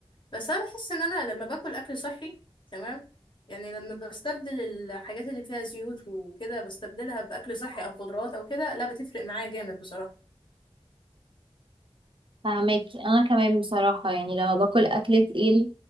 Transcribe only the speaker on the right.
فهماكي انا كمان بصراحة يعني لما باكل اكل تقيل